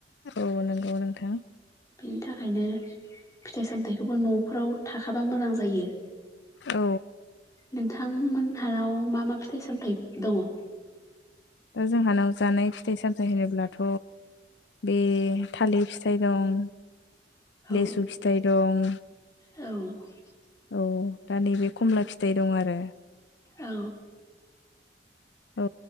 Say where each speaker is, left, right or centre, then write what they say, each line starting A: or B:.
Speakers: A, on the left; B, on the left.
A: औ नंगौ नोंथां
B: बिनि थाखायनो फिथाइ सामथायाइखौबो न'फोराव थाखाबा मोजां जायो
A: औ।
B: नोंथांमोनहानाव मा मा फिथाइ सामथाइ दङ?
A: दा जोंहानाव जानाय फिथाइ सामथायाइ होनोब्लाथ' बे थालिर फिथाइ दं,
B: औ
A: लेसु फिथाइ दं,
B: औ।
A: औ दा नैबे खमला फिथाइ दं आरो।
B: औ।
A: औ